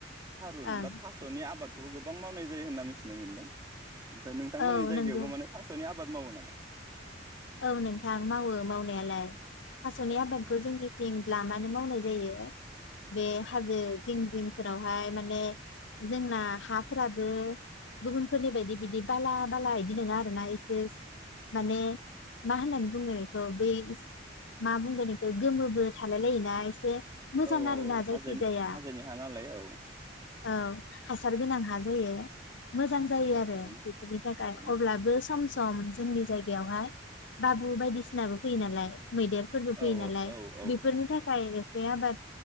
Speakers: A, on the right (about 20°); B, on the left (about 75°).
A: थारुन
B: ओं
A: बा थास'नि आबाद खौबो गोबां मावनाय जायो होनना मिथिनाय मोनदों ओमफ्राय नोंथांनि
B: औ
A: जायगायावबो
B: नंगौ
A: माने थास'नि आ आबाद मावो नामा
B: औ नोंथां मावो मावनायालाय थास'नि
A: औ
B: आबादखौ जोंनि थिं लामानो मावनाय जायो बे
A: औ
B: हाजो जिं जिंफोरावहाय माने जोंना हाफोराबो गुबुनफोरनि बायदि बिदि बाला बाला बिदि नङा आर ना एसे माने मा होननानै बुंगोन इखौ बे मा बुंगोन इखौ गोमोबो थालाय लायोना एसे मोजां
A: औ औ
B: आरोना
A: औ हाजोनि
B: जायखि जाया
A: हाजोनि हा नालाय औ
B: औ हासार गोनां हा जायो मोजां जायो
A: औ औ
B: आरो
A: थारैनो
B: बेफोरनि थाखाय
A: थारैनो
B: अब्लाबो सम-सम जोंनि जायगायावहाय बाबु बायदिसिनाबो फैयो नालाय मैदेरफोरबो फैयो
A: औ
B: नालाय
A: औ औ
B: बेफोरनि
A: औ
B: थाखाय बे आबाद